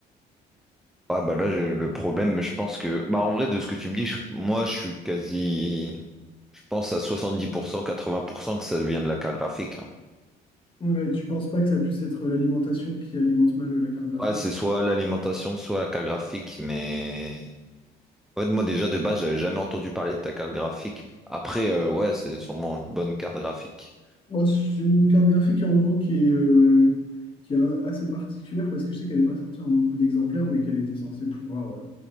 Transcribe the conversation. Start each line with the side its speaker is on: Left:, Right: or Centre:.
Centre: ouais, bah là, j'ai- le problème, je pense que. Bah en vrai, de ce que tu me dis, je- moi, je suis quasi. Je pense à 70%, 80% que ça vient de la carte graphique. hein.
Left: Mais tu penses pas que ça puisse être l'alimentation qui alimente mal la carte graphique?
Centre: Ouais, c'est soit l'alimentation, soit la carte graphique, mais. Ouais, moi déjà de base, j'avais jamais entendu parler de ta carte graphique. Après, euh, ouais, c'est sûrement une bonne carte graphique.
Left: Bon, c'est une carte graphique en gros qui est, euh, qui est assez particulière parce que je sais qu'elle n'est pas sortie en beaucoup d'exemplaires, mais qu'elle était censée pouvoir euh,